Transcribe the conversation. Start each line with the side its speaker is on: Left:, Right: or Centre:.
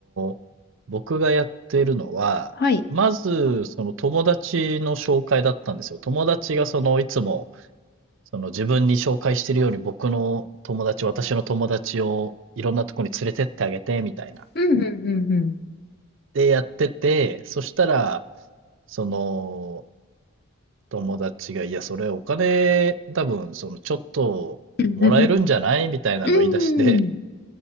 Right: ー僕がやってるのは、
Left: はい。
Right: まず、その友達の紹介だったんですよ。友達がその、いつも、その自分に紹介してるように僕の友達、私の友達をいろんなとこに連れてってあげて、みたいな。
Left: うん、うん、
Right: で、やってて、そしたら、その、友達が、いや、それお金、多分、その、ちょっと、
Left: うん、
Right: もらえるんじゃないみたいなのを言い出して、
Left: うん。<laughs> うん。